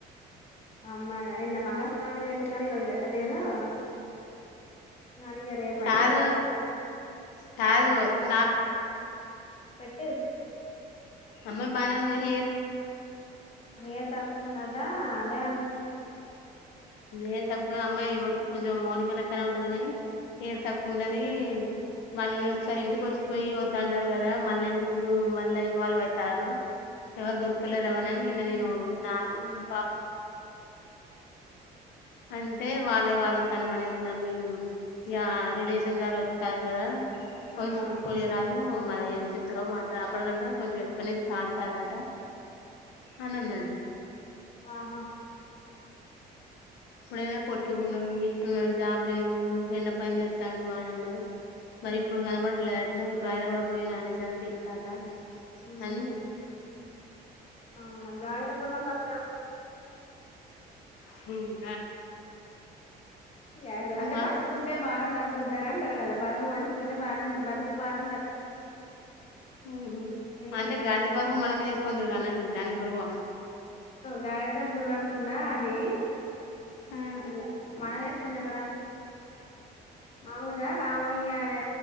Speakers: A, on the left (about 35°); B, on the left (about 85°).
A: అమ్మాయి నిన్న మంగళస్థానాన్ని పెట్టింది కాని ఈ రోజు పెట్టలేదు రమ్మన్నారు కానీ ఇగ రేపయితే
B: చాలు
A: పోతాము
B: చాలు సామి వా అ
A: పెట్టిరు పెట్టిరు
B: ఆ అమ్మాయ్ బాగానే ఉంది కాని హేర్ తక్కువ ఉం దనే
A: ఏంత ఉందట అదే అంటున్నారు
B: ఏమ్ తక్కువ అమ్మాయి మొత్తం కొంచెం మౌనికాలక్కనా ఉంటది కానీ ఏమ్ తక్కువ ఉన్నది మళ్ళీ ఒకసారి ఇంటికి వచ్చిపోయి వద్దన్నారు కదా మళ్ళీ ఎందుకు మళ్ళా ఇన్వాల్వ్ అవుతారు ఎవరు దొరుక్తలేరా అని నిన్న నేను నా
A: ఆహా
B: పాపతో కూడా అన్నా అంటే వాళ్ళే వాళ్ళు తాను మన మీ యా రిలేషన్ ద్వారా వస్తారు కదా వది
A: ఆ
B: చూసుకొని రాదు మరి ఏం తిస్తారో మాట్ అప్పడకండా కొంచెం కొలిత్తంటరట అనన్నాడు
A: ఆహా
B: న్నాడు జాబ్ లేదు ఎండ పని చేస్తాను అని అన్నారు మరి
A: ఉమ్
B: ఇప్పుడు కనపడతలేదు అంటన ఇప్పుడు హైదరాబాద్ పోయే నానేసరికి ఇస్తాడా
A: ఉమ్
B: అని నన్న
A: అవునా గాడిద త గుర్రం కథ ఉడిప్పాలని
B: హమ్ గాడిదా
A: గాడిద అంటే
B: మాట
A: పంచుకుంటే బారం తగ్ తగ్గుద్దా అంటారు కదా బరువు పంచుకుంటే వారం బతుకు బారం తగ్గుద్దట
B: ఉహ
A: నీది
B: అంటే గడిది బరువు మన మీద కొందరు అలాంటి దానికి బరువా
A: గాడిద గుర్రనికున్నా అది
B: హ్మ్
A: అలా మానేస్ నిలడం కాదు మామూలుగా రామయ్య అనే